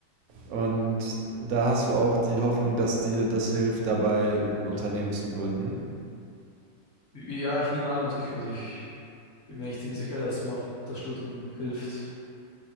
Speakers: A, on the right; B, on the left.
A: und da hast du auch die Hoffnung, dass dir das hilft, dabei ein Unternehmen zu gründen?
B: ja, ich nehme an, also ich, also ich bin mir eigentlich ziemlich sicher, dass mir auch das Studium hilft,